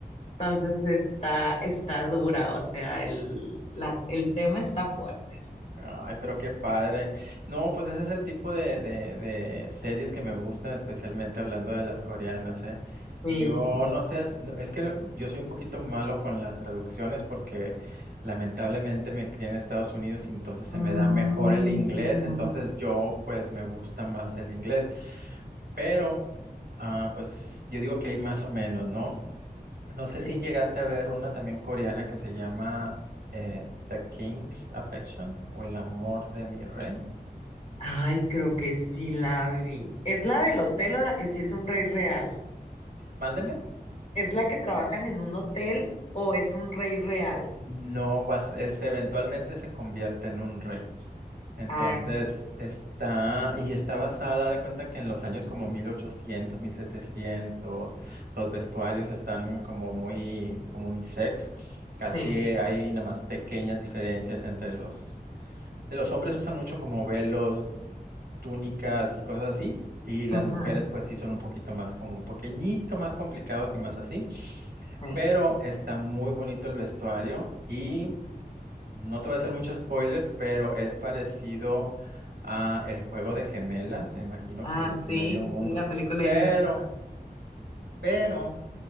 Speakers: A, on the left; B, on the right.
A: Entonces está, está dura, o sea, el, la- el tema está fuerte.
B: Ay, pero qué padre. No, pues ese es el tipo de, de, de series que me gustan, especialmente hablando de las coreanas, ¿eh?
A: Sí.
B: Yo no sé, es, no, es que no- yo soy un poquito malo con las traducciones porque lamentablemente me crié en Estados Unidos y entonces se
A: Mm,
B: me da mejor el inglés, entonces yo pues me gusta más el inglés, pero ah, pues yo digo que hay más o menos, ¿no? No sé
A: sí.
B: si llegaste a ver una también coreana que se llama eh, The King's Affection o El amor de mi rey.
A: Ay, creo que sí la vi. ¿Es la del hotel o la que sí es un rey real?
B: Mándeme.
A: ¿Es la que trabajan en un hotel o es un rey real?
B: No vas, es- eventualmente se convierte en un rey. Entonces
A: Ay,
B: está, y está basada de cuenta que en los años como mil ochocientos, mil setecientos, los vestuarios están como muy, como unisex. Casi
A: sí.
B: hay nada más pequeñas diferencias entre los, los hombres usan mucho como velos, túnicas y cosas así. Y las
A: ujú,
B: mujeres pues sí son un poquito más como un pequeñito más complicados y más así.
A: sí.
B: pero está muy bonito el vestuario y no te voy a hacer mucho spoiler, pero es parecido a el juego de gemelas, me imagino
A: Ah,
B: que medio
A: sí,
B: mundo,
A: sí, la película
B: pero,
A: de Lindsay.
B: pero,